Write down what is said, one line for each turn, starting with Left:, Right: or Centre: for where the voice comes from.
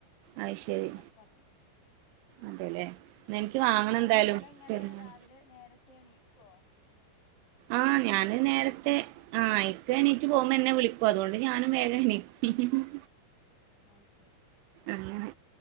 Right: അയ് ശരി
Left: അങ്ങനെ പറഞ്ഞു
Right: അതെല്ലേ ന്നാ എനിക്ക്
Left: പിന്നെന്താണ്
Right: വാങ്ങണം എന്തായാലും
Left: നിങ്ങള് എങ്ങനെയാണ്
Right: പെരുന്നാൾ
Left: രാവിലെ നേരത്തെ എണീക്കുവോ
Right: ആഹ ഞാന്
Left: വീട്ടില്
Right: നേരത്തെ ആ ഇക്ക എണീറ്റ്പോവുമ്പോ എന്നെ വിളിക്കും അതുകൊണ്ട് ഞാനും വേഗം എണീക്കും ഉം ഉം ഉം
Left: ആ ശെരി
Right: അങ്ങനെ